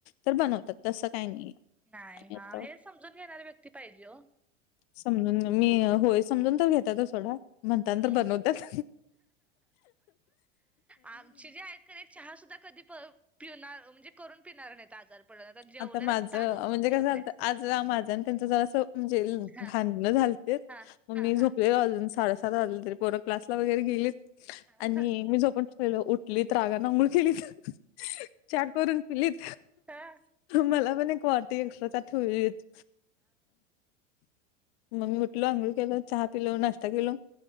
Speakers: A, on the left; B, in the centre.
A: तर बनवतात
B: हा
A: तसं काही नाही
B: नाही
A: आणि
B: हा
A: आता.
B: हे समजून घेणारी व्यक्ती पाहिजे ओ
A: समजून मी होय समजून तर घेतातच सोडा. म्हणताना
B: हम्म
A: तर बनवतात
B: आमचे जे आहेत का नाही. चहा सुद्धा कधी प पिणार म्हणजे करून पिणार नाहीत आजार. पडला जेवलेला
A: आता माझं
B: ताट उचलून
A: म्हणजे
B: ठेवत
A: कसं झालत
B: नाहीत.
A: आज माझं आणि त्याचं जरा अस म्हणजे
B: हा
A: भांडण झालते
B: हा
A: मग
B: हा
A: मी झोपले
B: हा
A: अजून साडे सात वाजले तरी पोर क्लासला वगैरे गेलीत
B: हा
A: आणि मी झोप. लेलो उठलीत रागान आंघोळ केलीत चहा करून पिलीत.
B: हा
A: मला पण एक वाटी एक्स्ट्रा त्यात ठेवलेलीत मग मी उठलो आंघोळ केलं चहा पिलो नाश्ता केलो